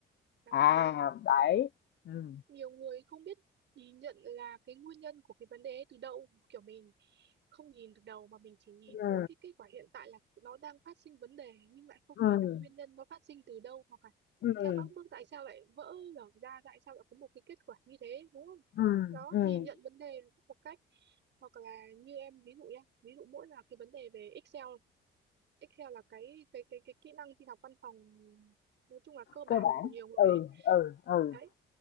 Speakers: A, on the right; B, on the left.
A: à
B: À,
A: đúng
B: đấy. ừ
A: nhiều người không biết nhìn nhận là cái nguyên nhân của cái vấn đề ấy từ đâu kiểu mình không nhìn từ đầu mà mình chỉ nhìn
B: ừ
A: mỗi cái kết quả hiện tại là nó đang phát sinh vấn đề nhưng lại không
B: ừ
A: nhìn là nguyên nhân nó phát sinh từ đâu hoặc là
B: ừ
A: theo các bước tại sao lại vỡ lở ra tại sao lại có một cái kết quả như thế đúng không
B: ừm,
A: đó
B: ừm,
A: nhìn nhận vấn đề một cách hoặc là như em ví dụ nhá ví dụ mỗi là cái vấn đề về Excel Excel là cái cái cái cái kỹ năng tin học văn phòng nói chung là cơ
B: cơ
A: bản
B: bản.
A: của nhiều người
B: Ừ,
A: ấy
B: ừ, ừ,
A: đấy